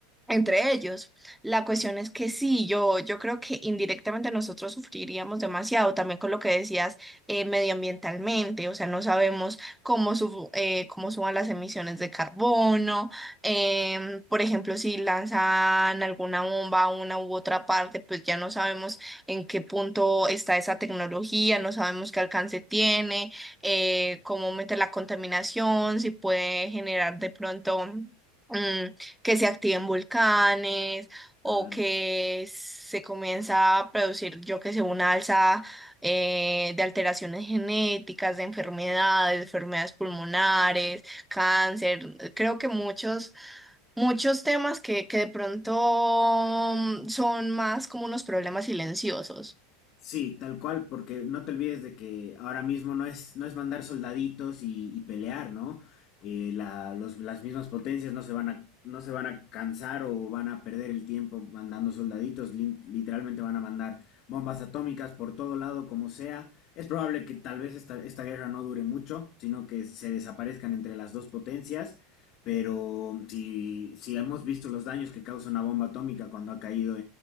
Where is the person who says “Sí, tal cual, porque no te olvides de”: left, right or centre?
Left